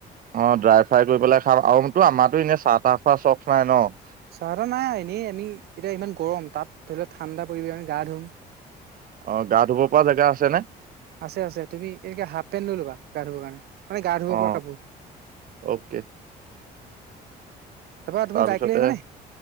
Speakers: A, on the right; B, on the right.
A: অ', ড্ৰাই ফ্ৰাই কৰি পেলাই খাম আৰু তো আমাৰো এনেই চাহ তাহ খোৱা চখ নাই ন'।
B: চাহ তাহ নাই এনেই আমি এতিয়া ইমান গৰম তাত ধৰি লওক ঠাণ্ডা পৰিৱেশ আমি গা ধুম।
A: অ', গা ধুব পৰা জেগা আছে নে?
B: আছে আছে, তুমি এনেকে হাফ পেণ্ট লৈ ল'বা গা ধুবৰ কাৰণে। মানে গা ধুব
A: অ
B: পৰা কাপোৰ।
A: অ'কে
B: তাৰপৰা তুমি
A: তাৰপিছতে
B: বাইক লৈ আহিবানে?